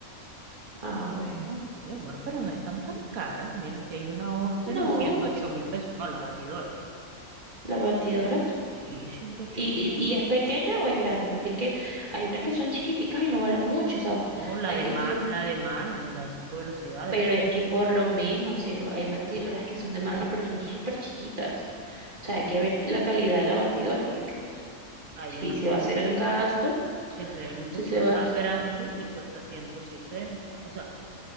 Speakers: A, on the right (about 35°); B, on the right (about 75°).
A: Ah, bueno.
B: Ay, amor, pero no están tan caras. Mira, que hay una Oster
A: No,
B: en ciento ocho mil pesos. No, la batidora.
A: la batidora.
B: Sí, ciento ocho
A: ¿Y,
B: mil.
A: y, y es pequeña o es grande? Porque es que hay unas que son chiquiticas y no valen mucho, o sea,
B: No, la
A: hay
B: de,
A: que
B: ma-
A: decir,
B: la de mano, la de cinco velocidades.
A: pero
B: Gloster.
A: es que por lo mismo, cielo, hay batidoras que son de mano, pero son súper chiquitas. O sea, hay que ver la calidad de la batidora, porque pues,
B: Hay
A: si
B: unas
A: se
B: que
A: va a
B: sí
A: hacer
B: se
A: el
B: ven,
A: gasto,
B: que se ven un
A: si
B: poquito
A: se va
B: más
A: a hacer,
B: grandes y cuesta 160. O sea,